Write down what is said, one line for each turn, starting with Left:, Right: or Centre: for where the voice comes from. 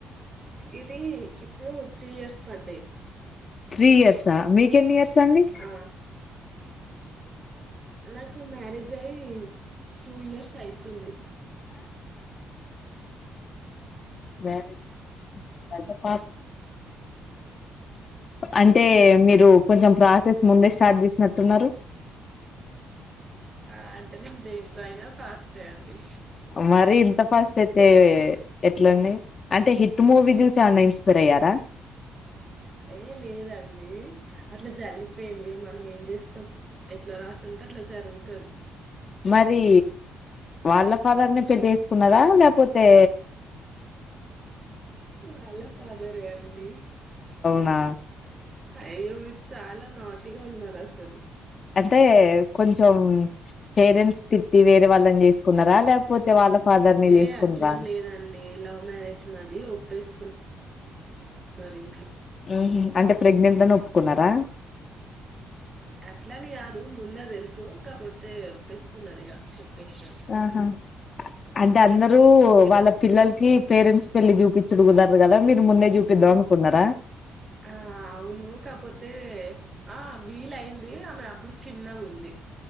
Right: ఇది ఇప్పుడు త్రీ ఇయర్స్ పడ్దయ్
Left: త్రీ ఇయర్సా మీకెన్నియర్స్ అండి
Right: ఆ నాకు మ్యారేజ్ అయి టూ ఇయర్స్ అయితుంది
Left: మ్యారేజ్ తర్త పాప్ అంటే మీరు కొంచెం ప్రాసెస్ ముందే స్టార్ట్ చేసినట్టున్నారు
Right: ఆ అంటే నేను దేంట్లో అయినా ఫాస్టే అండి
Left: మరి ఇంత ఫాస్ట్ అయితే ఎట్లండి అంటే హిట్ మూవీ చూసి ఏమన్నా ఇన్స్పైర్ అయ్యారా
Right: ఏ లేదండి అట్లా జరిగిపోయింది మనం ఏం చేస్తం ఎట్లా రాసుంటే అట్లా జరుగుతది
Left: మరీ వాళ్ళ ఫాదర్ నే పెళ్లి చేేసుకున్నారా లేపోతే
Right: వాళ్ళ ఫాదరే అండి
Left: ఆ
Right: అయ్యో మీరు చాలా నాటిగా ఉన్నారు అసలు
Left: అంటే కొంచెం పేరెంట్స్ తిట్టి వేరే వాళ్ళని చేసుకున్నారా లేకపోతే వాళ్ళ ఫాదర్ ని
Right: ఏ
Left: చేసుకున్నారా
Right: అట్లేం లేదండి లవ్ మ్యారేజ్ మాది ఒప్పేసుకున్ న్నర్ ఇంట్ల
Left: ఉహు అంటే ప్రెగ్నెంట్ అని ఒప్పుకున్నారా
Right: అట్లని కాదు ముందే తెలుస్ కాపోతే ఒప్పేసుకున్నారు ఇక చెప్పేసాం
Left: ఆహా అంటే అందరూ
Right: మీరు
Left: వాళ్ళ పిల్లలకి పేరెంట్స్ పెళ్లి చూపి చుడుగుదర్దు కదా మీరు ముందే చూపిద్దాం అనుకున్నారా
Right: ఆ అవును కాపోతే ఆ వీలైంది ఆమె అప్పుడు చిన్నగుంది